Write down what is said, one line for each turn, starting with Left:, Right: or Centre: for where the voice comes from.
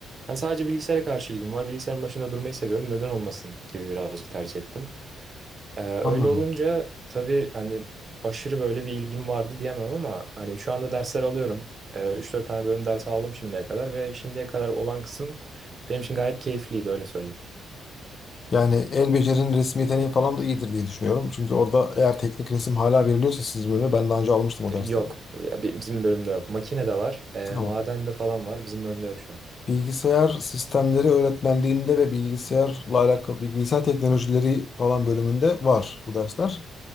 Right: Hani sadece bilgisayara karşı ilgim var. Bilgisayarın başında durmayı seviyorum. Neden olmasın gibi birazcık tercih ettim. Ee, öyle
Left: Anladım.
Right: olunca tabii hani aşırı böyle bir ilgim vardı diyemem ama hani şu anda dersler alıyorum. Ee, 3-4 tane bölüm dersi aldım şimdiye kadar ve şimdiye kadar olan kısım benim için gayet keyifliydi öyle söyleyeyim.
Left: Yani el becerinin resim yeteneği falan da iyidir diye düşünüyorum. Çünkü orada eğer teknik resim hala veriliyorsa siz bölümü ben daha önce almıştım o dersleri.
Right: Yok ya bi- bizim bölümde yok. Makine de var, e,
Left: Tamam.
Right: maden de falan var bizim bölümde yok şu an.
Left: Bilgisayar sistemleri öğretmenliğinde ve bilgisayarla alakalı bilgisayar teknolojileri falan bölümünde var bu dersler.